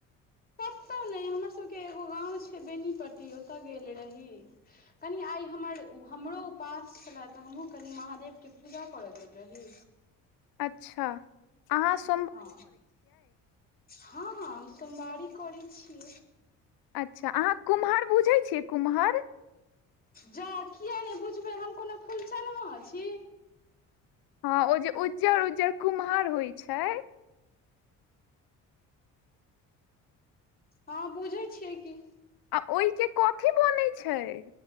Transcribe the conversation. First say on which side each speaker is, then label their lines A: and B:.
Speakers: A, on the left; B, on the left.
A: केतौ नय हमर सबके एगो गाँव छय बेनीपट्टी ओतऽ गेल रही। कनी आइ हमर हमरो उपास छलै त हमहूँ कनि महादेवके पूजा करऽ गेल रही।
B: अच्छा अहाँ सो
A: हँ हं हँ हम सोमवारी करै छि।
B: अच्छा अहाँ कुम्हर बुझय छिये कुम्हर
A: जा किय नै बुझबय हम कोनो फूलचनमा छी।
B: हँ ओ जे उज्जर-उज्जर कुम्हर होए छय।
A: हँ बुझय छिये की
B: आ ओय के कथी बोनय छय।